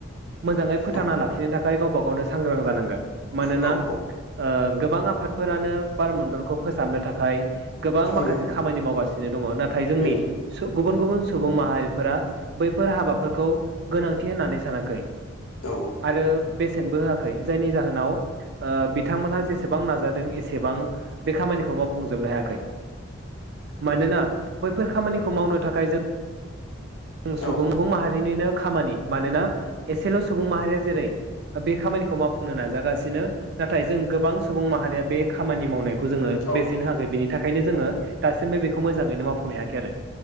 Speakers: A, on the right (about 50°); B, on the left (about 85°).
A: मोजाङै फोथांना
B: औ
A: लाखिनो थाखाय गावबा गावनो सांग्रां जानांगोन मानोना
B: औ औ
A: ओ गोबां आफादफोरानो बार मण्डलखौ फोसाबनो थाखाय गोबां माखासे
B: उम
A: खामानि मावगासिनो दङ नाथाय जोंनि
B: उम
A: सु गुबुन गुबुन सुबुं माहारिफोरा बैफोर हाबाफोर खौ गोनांथि होननानै सानाखै
B: औ
A: आरो बेसेनबो होआखै। खै जायनि जाहोनाव ओ बेफो बिथांमोनहा जेसेबां नाजादों एसेबां बे खामानिखौ माव फुंजोबनो हायाखै मानोना बैफोर खामानिखौ मावनो थाखाय जों <unintelligible>
B: औ
A: सुबुं माहारिनिनो खामानि मानोना एसेल सुबुं माहारिया जेरै बे खामानिखौ मावफुंनो नाजागासिनो नाथाय जों गोबां सुबुं माहारिया बे खामानि मावनायखौ जोङो
B: औ
A: बेसेननो हाखै बेनि थाखाय ओंखायनो जोङो दासिमबो बेखौ मोजाङैनो मावफै बुंनो हायाखै आरो